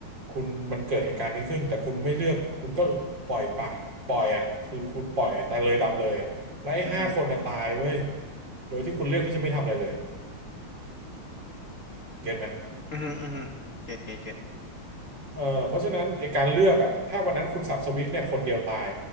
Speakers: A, on the right (about 50°); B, on the left (about 35°).
A: คุณมันเกิดเหตุการณ์นี้ขึ้นแต่คุณไม่เลือกคุณก็ปล่อยปะปล่อยอ่ะคือคุณปล่อยตายเลยตามเลยอ่ะแล้วไอ้ห้าคนอ่ะตายเว้ย
B: อือฮึ
A: โดยที่คุณเลือกที่จะไม่ทำอะไรเลยเก็ตไหม
B: อือฮึอือฮึเก็ตเก็ตเก็ต
A: เออเพราะฉะนั้นไอการเลือกอะถ้าวันนั้นคุณสับสวิกเนี่ยคนเดียวตาย